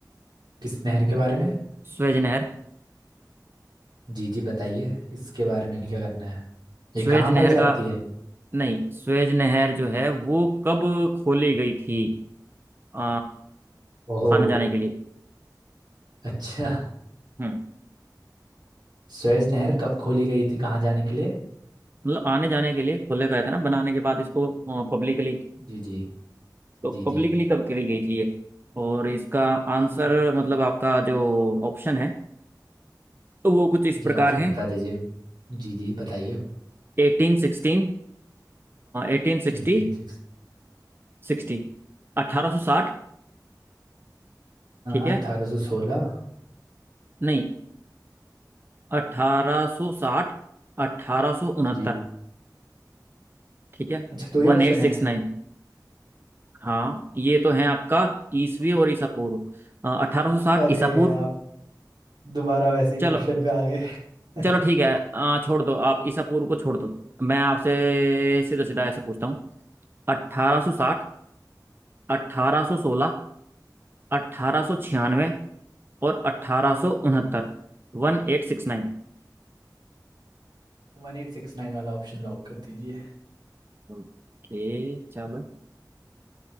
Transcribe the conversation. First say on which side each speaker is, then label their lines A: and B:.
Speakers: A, on the right; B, on the right.
A: किस नहर के बारे में
B: स्वेज नहर
A: जी जी बताइए इसके बारे में क्या करना है ये
B: स्वेज
A: कहाँ
B: नहर
A: पाई जाती
B: का
A: है
B: नहीं स्वेज नहर जो है वो कब खोली गई थी आ,
A: ओहो
B: आने जाने के लिए
A: अच्छा
B: हम्म
A: सुएज नहर कब खोली गई थी कहाँ जाने के लिए
B: मतलब आने जाने के लिए खोले गए थे ना बनाने के बाद इसको पब्लिकली
A: जी जी
B: तो
A: जी
B: पब्लिकली
A: जी
B: कब करी गई थी ये और इसका आंसर
A: अ,
B: मतलब आपका जो ऑप्शन है तो वो कुछ इस
A: जी
B: प्रकार
A: ऑप्शन
B: है
A: बता दीजिए जी जी बताइए
B: एटीन सिक्सटीन एटीन सिक्सटी
A: Eighteen six
B: सिक्सटी अठारह सौ साठ ठीक
A: अठारह
B: है
A: सौ सोलह
B: नहीं अठारह सौ साठ अठारह सौ उनहत्तर
A: जी
B: ठीक है
A: अच्छा दो ही
B: वन
A: ऑप्शन
B: एट सिक्स
A: है
B: नाइन हाँ ये तो है आपका ईसवी और ईसा पूर्व अठारह सौ साठ
A: अरे
B: ईसा पूर्व
A: आप दोबारा वैसे ही
B: चलो
A: क्वेश्चन पे आ गए
B: चलो ठीक
A: <laughs>
B: है अ, छोड़ दो आप ईसा पूर्व को छोड़ दो मैं आपसे सीधा सीधा ऐसे पूछता हूँ अट्ठारह सौ साठ अट्ठारह सौ सोलह अट्ठारह सौ छियानवे और अट्ठारह सौ उनहत्तर वन एट सिक्स नाइन
A: वन एट सिक्स नाइन वाला ऑप्शन लॉक कर दीजिए
B: ओके चलो